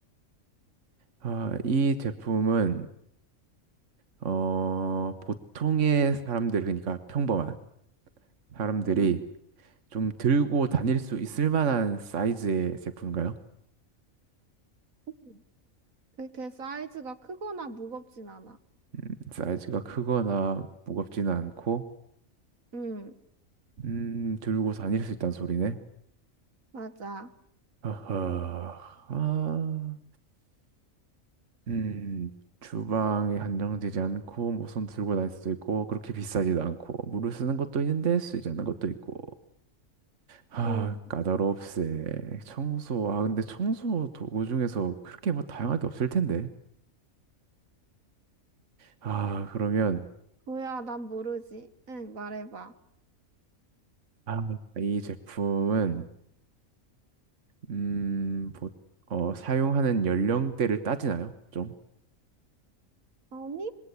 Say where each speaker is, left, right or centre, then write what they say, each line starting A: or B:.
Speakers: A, on the right; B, on the right.
A: 아, 이 제품은 어, 보통의 사람들 그러니까 평범한 사람들이
B: 음.
A: 좀 들고 다닐 수 있을 만한 사이즈의 제품인가요?
B: 음. 그렇게 사이즈가 크거나 무겁진 않아.
A: 음, 사이즈가 크거나 무겁지는 않고,
B: 음,
A: 음, 들고 다닐 수 있다는 소리네.
B: 맞아.
A: 아하, 아, 음, 주방에 한정되지 않고, 뭐 손 들고 다닐 수도 있고, 그렇게 비싸지도 않고, 물을 쓰는 것도 있는데 쓰지 않는 것도 있고. 아,
B: 음,
A: 까다롭세. 청소, 아, 근데 청소 도구 중에서 그렇게 뭐 다양하게 없을 텐데. 아, 그러면,
B: 뭐야, 난 모르지. 응, 말해봐.
A: 아, 이 제품은 음, 보, 어, 사용하는 연령대를 따지나요? 좀?
B: 아니?